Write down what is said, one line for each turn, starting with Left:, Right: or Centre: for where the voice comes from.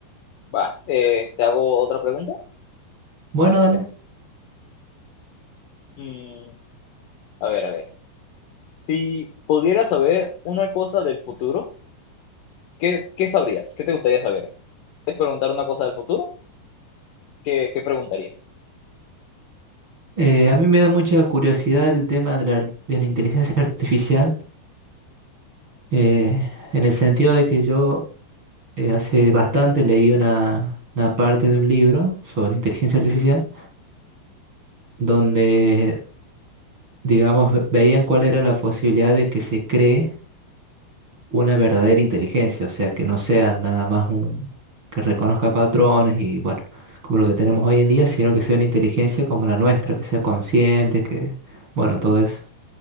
Left: Va, eh, ¿te hago otra pregunta?
Right: Bueno, dale.
Left: Mm, a ver, a ver. Si pudieras saber una cosa del futuro, ¿qué, qué sabrías? ¿Qué te gustaría saber? ¿Quieres preguntar una cosa del futuro? ¿Qué, qué preguntarías?
Right: Eh, a mí me da mucha curiosidad el tema de la, de la inteligencia artificial, eh, en el sentido de que yo eh, hace bastante leí una, una parte de un libro sobre inteligencia artificial. donde, digamos, ve- veían cuál era la posibilidad de que se cree una verdadera inteligencia, o sea, que no sea nada más un que reconozca patrones y bueno, como lo que tenemos hoy en día, sino que sea una inteligencia como la nuestra, que sea consciente, que bueno, todo eso.